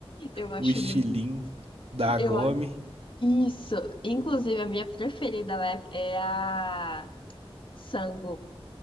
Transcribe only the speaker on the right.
O estilinho
da Agome.